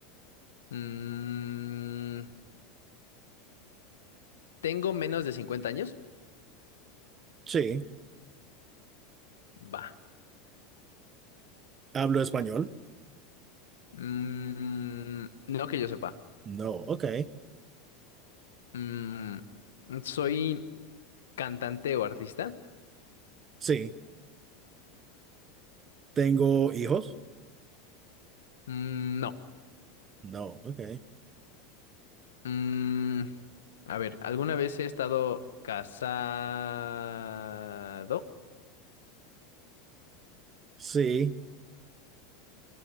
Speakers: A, on the left; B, on the right.
A: Mm, ¿Tengo menos de 50 años?
B: sí.
A: Va.
B: Hablo español,
A: Mm, no que yo sepa.
B: no, ok,
A: Mm, ¿soy cantante o artista?
B: sí. Tengo hijos,
A: Mm, no.
B: no, ok,
A: Mm, a ver, ¿alguna vez he estado casado?
B: sí.